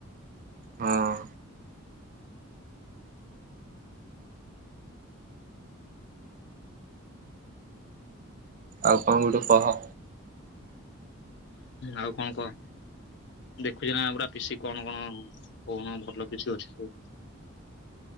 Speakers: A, on the right; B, on the left.
A: ହଁ ଆଉ କଣ ଗୋଟେ କହ?
B: ଆଉ କଣ କହ? ଦେଖୁଚୁ ନା ପୁରା ପିସି କଣ କଣ କଣ ଭଲ ପିସି ଅଛି ସବୁ।